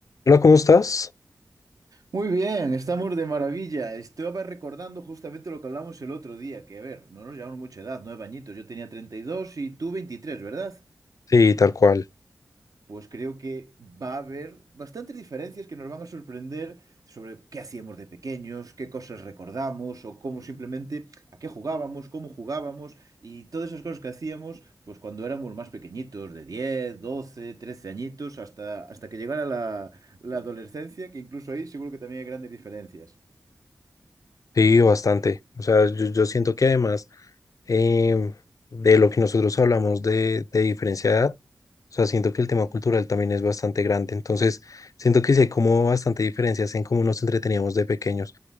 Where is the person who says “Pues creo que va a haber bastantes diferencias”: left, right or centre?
Right